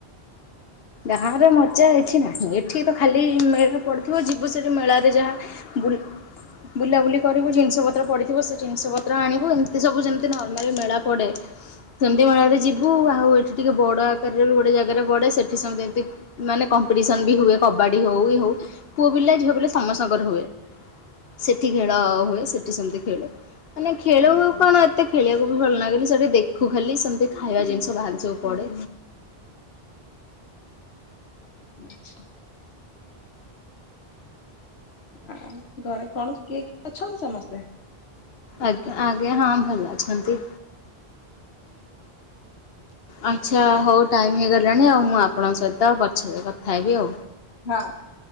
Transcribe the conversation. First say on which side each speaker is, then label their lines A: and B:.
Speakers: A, on the left (about 70°); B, on the left (about 85°).
A: ବାହାହବା ମଜା ଏଠି ନାହିଁ। ଏଠି ତ ଖାଲି ମେନ୍ ପଡିଥିବ ଯିବୁ ସେଠି ମେଳାରେ ଯାହା ବୁଲ୍ ବୁଲାବୁଲି କରିବୁ ଜିନିଷ ପତ୍ର ପଡିଥିବ ସେ ଜିନିଷ ପତ୍ର ଆଣିବୁ। ଏମତି ସବୁ ଯେମତି ନର୍ମାଲି ମେଳା ପଡେ ସେମିତି ମେଳାରେ ଯିବୁ। ଆଉ ଏଠି ଟିକେ ବଡ ଆକାରରେ ଗୋଟେ ଜାଗାରେ ପଡେ ସେଠ୍ ଏଠି ସେମତି ଏମତି ମାନେ କମ୍ପିଟିସନ୍ ବି ହୁଏ। କବାଡି ହଉ ଇଏ ହଉ ପୁଅ ପିଲା ଝିଅ ବୋଲି ସମସ୍ତଙ୍କର ହୁଏ। ସେଠି ଖେଳ ହୁଏ ସେଠି ସେମିତି ଖେଳେ। ମାନେ ଖେଳୁ
B: ହଁ
A: କଣ ଏତେ ଖେଳିବାକୁ ଭଲ ଲାଗେନି ସେଠି ଦେଖୁ ଖାଲି ସେମତି ଖାଇବା ଜିନିଷ ବାହାରେ ସବୁ ପଡେ।
B: ଆଛା। ଆ ଘରେ କଣ କିଏ କିଏ ଅଛନ୍ତି ସମସ୍ତେ?
A: ଆଜ୍ଞା ଆଜ୍ଞା ହଁ ଭଲ ଅଛନ୍ତି। ଆଚ୍ଛା ହଉ ଟା ହେଇଗଲାଣି ଆଉ ମୁଁ ଆପଣଙ୍କ ସହିତ ପଛରେ କଥା ହେବି ଆଉ।
B: ହଁ